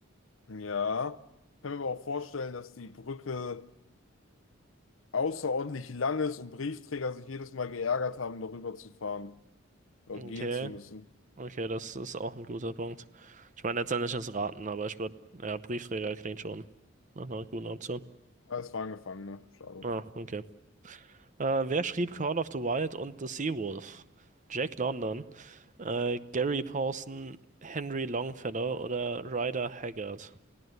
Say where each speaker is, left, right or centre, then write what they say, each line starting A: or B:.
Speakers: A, on the left; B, on the right.
A: ja, ich kann mir aber auch vorstellen, dass die Brücke außerordentlich lang ist und Briefträger sich jedes Mal geärgert haben, darüber zu fahren oder
B: Okay,
A: gehen zu müssen.
B: okay, das ist auch ein guter Punkt. Ich meine, letztendlich ist Raten, aber ich würde, ja, Briefträger klingt schon nach einer guten Option.
A: Ah, es waren Gefangene, schade.
B: Ah, okay. Äh, wer schrieb Call of the Wild und The Seawolf? Jack London, äh, Gary Paulson, Henry Longfellow oder Ryder Haggard?